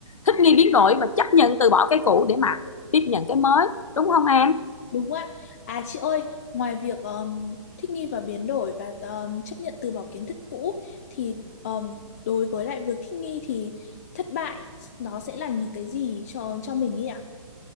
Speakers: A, on the left; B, on the left.
A: thích nghi biến đổi và chấp nhận từ bỏ cái cũ để mà tiếp nhận cái mới đúng không em
B: Đúng ạ. À chị ơi, ngoài việc um, thích nghi và biến đổi và um, chấp nhận từ bỏ kiến thức cũ thì um, đối với lại việc thích nghi thì thất bại nó sẽ là những cái gì cho cho mình nhỉ?